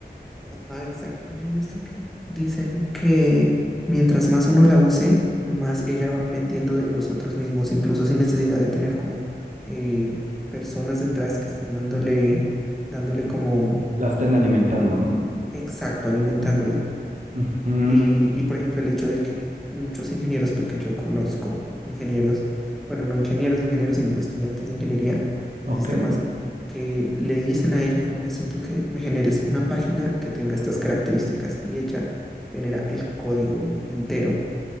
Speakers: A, in the centre; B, on the right (about 45°).
A: Ajá, exacto. Y yo he visto que dicen que mientras más uno la use, más ella va aprendiendo de nosotros mismos, incluso sin necesidad de tener como eh, personas detrás que estén dándole, dándole como,
B: <laughs> la estén alimentando,
A: como-
B: ¿no?
A: exacto, alimentándola.
B: Ujú,
A: Y, y, por ejemplo, el hecho de que muchos ingenieros, porque yo conozco ingenieros, bueno, no ingenieros, ingenieros, sino estudiantes de ingeniería en
B: Ok,
A: sistemas, que le dicen a ella, como necesito que me generes una página que tenga estas características, y ella genera el código entero